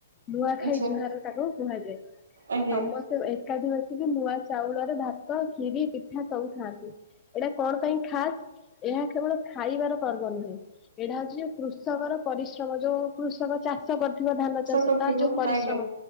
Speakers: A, on the left; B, on the right.
A: ନୂଆ ଖାଇ
B: ଆଚ୍ଛା
A: ଜୁହାର ତାକୁ କୁହାଯାଏ।
B: ଆଜ୍ଞା
A: ସମସ୍ତେ ଏକାଠି ବସି ଯୋଉ ନୂଆ ଚାଉଳରେ ଭାତ, ଖିରି, ପିଠା ସବୁ ଖାଆନ୍ତି। ଏଇଟା କଣ ପାଇଁ ଖାଶ୍? ଏହା କେବଳ ଖାଇବାର ପର୍ବ ନୁହେଁ। ଏଇଟା ହଉଚି କୃଷକର ପରିଶ୍ରମ ଯୋଉ କୃଷକ ଚାଷୀ ଷ କରଥିବ ଧାନ ଚାଷ
B: କରିଥିବ
A: ତାର ଯୋଉ ପରିଶ୍ରମ
B: ଆଜ୍ଞା।